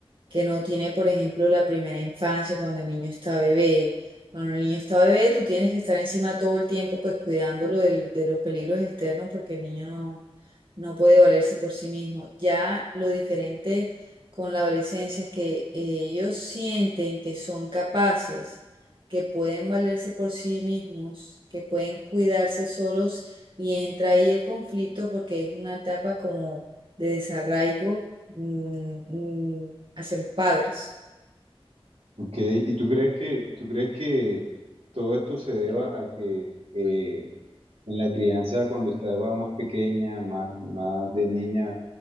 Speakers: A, on the right; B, on the right.
A: que no tiene, por ejemplo, la primera infancia, cuando el niño está bebé. Cuando el niño está bebé, tú tienes que estar encima todo el tiempo, pues cuidándolo del- de los peligros externos, porque el niño no, no puede valerse por sí mismo. Ya lo diferente con la adolescencia es que eh, ellos sienten que son capaces, que pueden valerse por sí mismos, que pueden cuidarse solos, y entra ahí el conflicto porque es una etapa como de desarraigo mm, mm, hacia los padres.
B: Ok, ¿y tú crees que, tú crees que todo esto se deba a que eh, en la crianza cuando estaba más pequeña, más, más de niña,